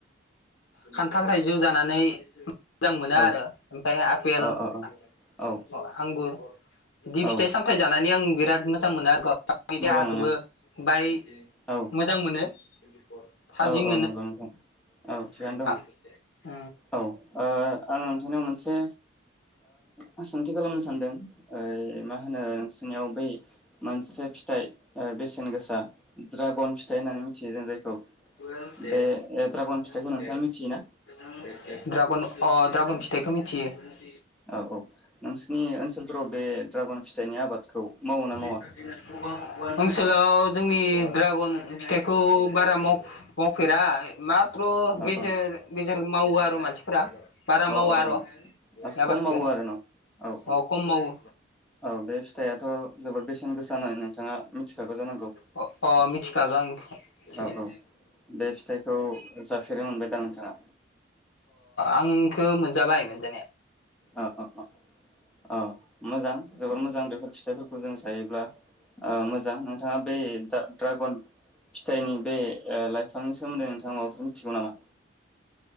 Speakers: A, on the left; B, in the centre.
A: खान्थाल थाइजौ जानानै मोजां मोना
B: औ
A: आरो आपेल
B: औ
A: अ
B: औ
A: आंगुर बि
B: औ
A: फिथाइ सामथाइ जा आं बिराद मोजां मोनो आरो गावनि
B: मोजां
A: देहाखौबो
B: मोनो
A: बाय
B: औ
A: मोजां मोनो <inaudible> थाजिम
B: औ औ नंगौ नोंथां औ
A: मोनो
B: थिगानो दङ
A: अ
B: औ आं नोंथांनाव मोनसे ओ सोंथि खालामनो सानदों मा होनो नोंनियाव बि मोनसे फिथाइ ओ बेसेन गोसा ड्रागन फिथाइ होननानै मिथियो जों जायखौ
A: ड्रागन
B: बे ड्रागन फिथाइखौ नोंथाङा मिथियोना
A: अ दा ड्रागन फिथाइखो मिथियो।
B: औ औ नोंसिनि ओनसोलफोराव बे ड्रागन फिथाइनि आबादखौ मावो ना
A: <unintelligible>
B: मावा
A: सोलाव जोंनि ड्रागन फिथाइखौ बारा माव मावफेरा मा थ्र
B: औ
A: गेजेर
B: औ
A: गेजेर मावो आरो मानसिफोरा। बारा
B: औ
A: मावा आर' बे
B: औ औ
A: आबादखौ
B: खम मावो आरो ना औ औ
A: अ खम मावो
B: औ बे फिथाइआथ' जोबोद बेसेन गोसा होननानै नोंथाङा मिथिखागौ जानांगौ। औ
A: अ अ मिथिखागौ आं मिथिनाया
B: औ बे फिथाइखौ जाफेरनो मोनबाय दा नोंथाङा?
A: आंखो मोनजाबाय मोनजानाया।
B: ओ ओ अ अ मोजां जोबोर मोजां बेफोर फिथाइफोर खौ जों जियोब्ला ओ मोजां नोंथाङा बे दा द्रागन फिथाइनि बे ओ लाइफां सोमोन्दै नोंथाङा माबाफोर मिथिगौ नामा?